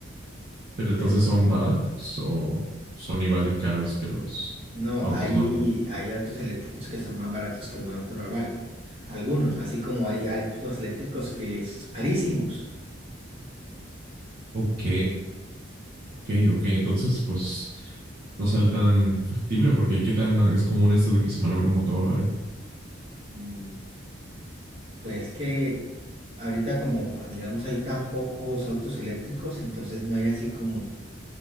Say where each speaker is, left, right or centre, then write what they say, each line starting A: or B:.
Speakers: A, on the right; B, on the right.
A: <laughs> pero entonces
B: eh,
A: son baratos o son igual de caros que los
B: No,
A: autos
B: hay,
A: normales.
B: hay autos eléctricos que son más baratos que un auto normal. Algunos, así como hay autos eléctricos que son carísimos.
A: Ok, ok, ok, entonces pues no sale tan factible porque qué tan es común esto de que se malogre un motor o algo,
B: Mm, Pues que ahorita como, digamos, hay tan pocos autos eléctricos, entonces no hay así como